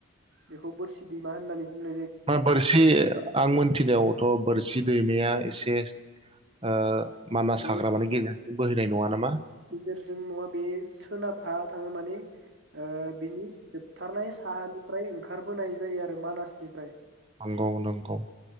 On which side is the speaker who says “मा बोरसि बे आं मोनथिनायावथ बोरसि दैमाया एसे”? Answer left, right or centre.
Right